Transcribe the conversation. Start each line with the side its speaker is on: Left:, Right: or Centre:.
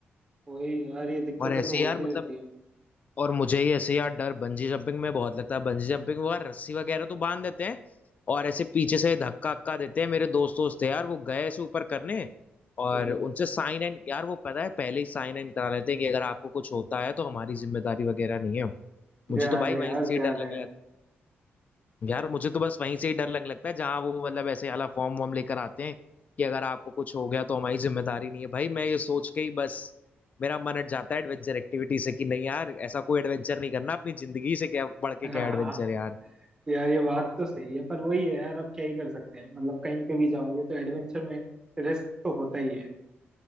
Right: तो वही यार ये दिक्कतें
Left: और ऐसे
Right: तो होती
Left: यार मतलब
Right: रहती है
Left: और मुझे ही ऐसे यार डर बंजी जंपिंग में बहुत लगता है बंजी जंपिंग में यार रस्सी वगैरह तो बांध देते हैं और ऐसे पीछे से धक्का अक्का देते हैं मेरे दोस्त दोस्त थे यार वो गए ऐसे ऊपर करने और
Right: हम्म
Left: उनसे साइन इन यार वो पता है पहले ही साइन इन करा लेते हैं कि अगर आपको कुछ होता है तो हमारी जिम्मेदारी वगैरह नहीं है मुझे
Right: ध्यान
Left: तो भाई
Right: है
Left: वहीं
Right: यार
Left: से ही
Right: ध्यान
Left: डर लगने लगता है यार मुझे तो बस वहीं से ही डर लगने लगता है जहां वो मतलब ऐसे वाला फॉर्म वॉर्म लेकर आते हैं कि अगर आपको कुछ हो गया तो हमारी जिम्मेदारी नहीं है भाई मैं ये सोच के ही बस मेरा मन हट जाता है एडवेंचर एक्टिविटी से कि नहीं यार ऐसा कोई एडवेंचर नहीं करना अपनी जिंदगी से क्या बढ़ के
Right: है
Left: क्या एडवेंचर यार
Right: <laughs> यार ये बात तो सही है पर वही है यार अब क्या ही कर सकते हैं मतलब कहीं पे भी जाओगे तो एडवेंचर में रिस्क तो होता ही है